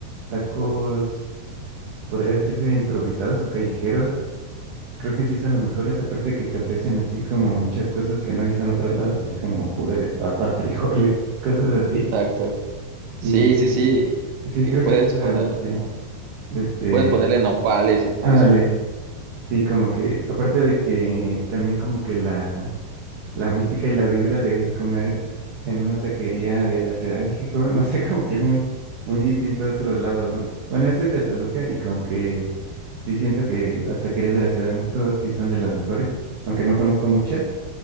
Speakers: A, on the right; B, on the right.
A: tacos, podría decirse improvisados o callejeros. Creo que sí son los mejores, aparte de que te ofrecen así como muchas cosas que no he visto en otros lados, así como puré de papa, frijoles, <laughs> cosas así.
B: Exacto. Sí,
A: Y
B: sí, sí.
A: sí,
B: Que
A: creo
B: puedes
A: que sí, la
B: poner,
A: verdad, sí.
B: ajá,
A: Este,
B: puedes ponerle nopales y todo
A: ándale,
B: eso.
A: sí, como que, aparte de que también como que la La mística y la vibra de comer en una taquería de la Ciudad de México, no sé, <laughs> como que es muy, muy distinto de otros lados, ¿no? Bueno, yo soy de Toluca y como que sí siento que las taquerías de la Ciudad de México sí son de las mejores, aunque no conozco muchas.